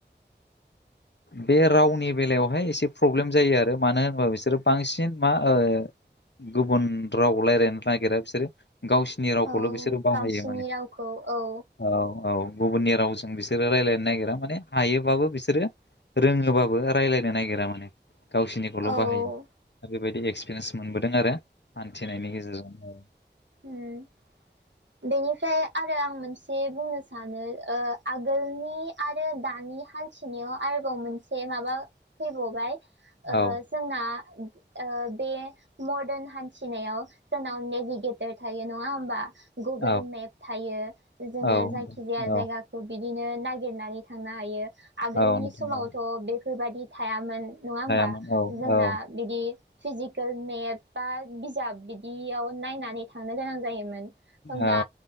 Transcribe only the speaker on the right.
औ
गावसिनि
रावखौ औ
औ
उम बेनिफ्राय आरो आं मोनसे बुंनो सानो ओ आगोलनि आरो दानि हान्थिनायाव आरोबाव मोनसे माबा फैबाव बाय ओ
जोंना ओ बे मर्दान हान थिनायाव जोंनाव नेभिगेटर थायो नङा होमबा गुगोल
मेप थायो जोङो
जायखि जाया
जायगा खौ बिदिनो नागिरनानै थांनो हायो आगोलनि
समावथ'
बेफोरबायादि थायामोन नङा होमबा
जोंना
बिदि फिजिकेल मेप बा बिजाब बिदियाव नायनानै थांनो गोनां जायोमोन होमबा